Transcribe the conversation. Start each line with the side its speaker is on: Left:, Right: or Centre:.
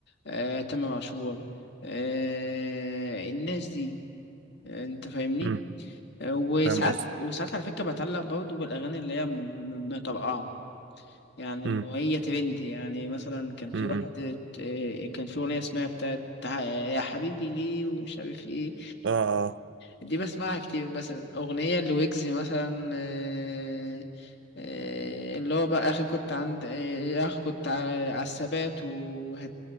Left: آه، تامر عاشور آه، الناس دي آه، انت فاهمني
Right: امم
Left: وساعات
Right: فاهم قصدك
Left: وساعات على فكرة بتعلق برضه بالأغاني اللي هي م- م- مطرقعة يعني
Right: امم
Left: اللي هي ترندي يعني مثلا كان في
Right: امم
Left: واحد ات- اه كان في أغنية اسمها بتاعت تع- يا حبيبي ليه ومش عارف ايه
Right: اه اه
Left: دي بسمعها كتير مثلا أغنية لويجز مثلا اه، اه، اللي هو بقى أخي كنت عند اه، يا أخي كنت على الثبات وهد